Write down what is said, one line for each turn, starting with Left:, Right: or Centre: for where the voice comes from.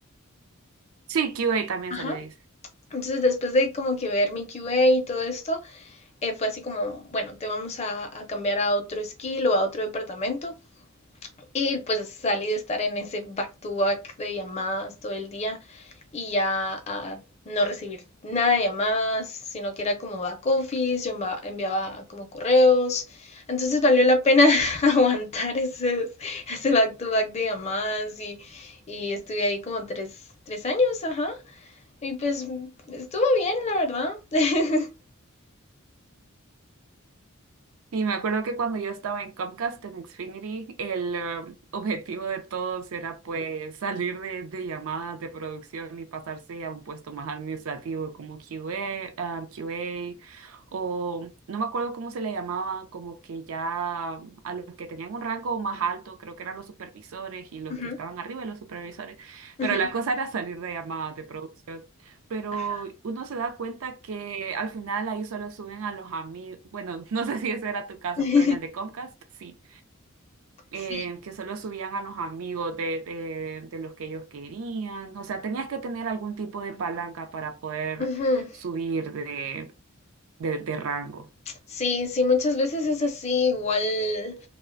Right: Sí, QA también
Left: Ajá.
Right: se le dice.
Left: Entonces después de como que ver mi QA y todo esto, eh, fue así como, bueno, te vamos a, a, cambiar a otro skill o a otro departamento. Y pues salí de estar en ese back-to-back de llamadas todo el día y ya a no recibir nada de llamadas, sino que era como back office, yo enviaba, como correos. Entonces valió la pena <laughs> aguantar ese, ese back to back de llamadas y, y estuve ahí como tres, tres, años, ajá. Y pues estuvo bien, la verdad. <laughs>
Right: Y me acuerdo que cuando yo estaba en Comcast, en Xfinity, el eh, objetivo de todos era pues salir de, de llamadas de producción y pasarse a un puesto más administrativo como QA, ah, QA, o no me acuerdo cómo se le llamaba, como que ya a los que tenían un rango más alto, creo que eran los supervisores y los
Left: uh
Right: que
Left: -huh,
Right: estaban arriba de los supervisores, pero
Left: uh -huh,
Right: la cosa era salir de llamadas de producción pero
Left: ajá.
Right: uno se da cuenta que al final ahí solo suben a los amigos, bueno, <laughs> no sé si ese era tu caso,
Left: <laughs>
Right: pero en el de Comcast sí, eh,
Left: Sí,
Right: que solo subían a los amigos de, de, de los que ellos querían, o sea, tenías que tener algún tipo de palanca para poder
Left: ujú.
Right: subir de, de, de rango.
Left: Sí, sí, muchas veces es así, igual